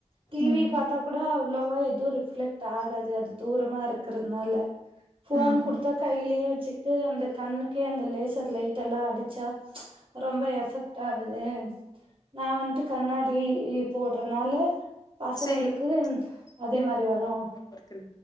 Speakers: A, on the right; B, on the left.
A: டி
B: ம்
A: வி பாத்தா கூட அவ் ளோவா எது ரி ஃப்லெக்ட் ஆகாது அது தூரமா இருக்கறதுனால ஃபோன்
B: ம்
A: குடு
B: ம்
A: த்த கைலே வச்சிகிட்டு அந்த கண்ணுக்கே அந்த லேசர் லைட் எல்லா அடிச்சா ப்ச் ரொம்ப எஃபெக்ட் ஆகுது நா வண்ட்டு கண்ணாடி லீவ் போடுறனால பசங்களுக்கு
B: சேரி
A: அதே
B: இருங்க
A: மாரி வரு
B: இருங்க